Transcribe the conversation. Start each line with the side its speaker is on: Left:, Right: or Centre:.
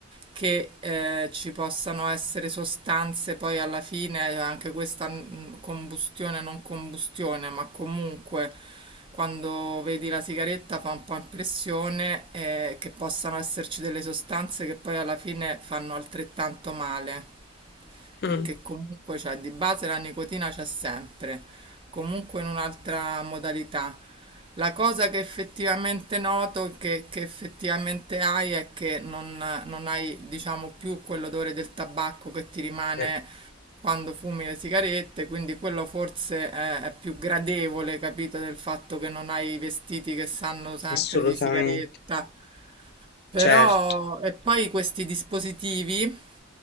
Right: che eh, ci possano essere sostanze poi alla fine, anche questa mm, combustione, non combustione, ma comunque quando vedi la sigaretta fa un po' impressione eh, che possano esserci delle sostanze che poi alla fine fanno altrettanto male
Left: Mm.
Right: perché comunque c'è di base la nicotina c'è sempre, comunque in un'altra modalità. La cosa che effettivamente noto, che, che effettivamente hai, è che non, non hai, diciamo, più quell'odore del tabacco che ti rimane
Left: Eh.
Right: quando fumi le sigarette, quindi quello forse è, è più gradevole, capito, del fatto che non hai i vestiti che sanno sempre
Left: Assolutamente,
Right: di sigaretta. Però,
Left: certo.
Right: e poi questi dispositivi